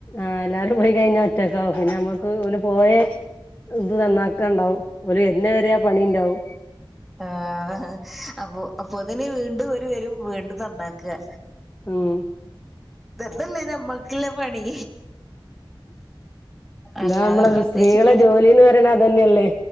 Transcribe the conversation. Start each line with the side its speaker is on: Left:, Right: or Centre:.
Left: ആ എല്ലാവരും പോയി കഴിഞ്ഞാ ഒറ്റക്കാവും പിന്നെ നമ്മുക്ക് ഓല് പോയെ ഇത് നന്നാക്ക ഇണ്ടാവും ഓല് വര്നെ വരെ ആഹ് പണിണ്ടാവും
Centre: ആഹ് അപ്പൊ അപ്പോത്തിന് വീണ്ടും ഓര് വെരും വീണ്ടും നന്നാക്ക
Left: ഉം
Centre: ഇതന്നെല്ലെ നമ്മക് ല്ലെ പണി അല്ലാതെ
Left: ന്താ നമ്മളെ
Centre: പ്രത്യേകിച്ച്
Left: സ്ത്രീകളെ ജോലിന്ന് പറിണത് അതനെല്ലേ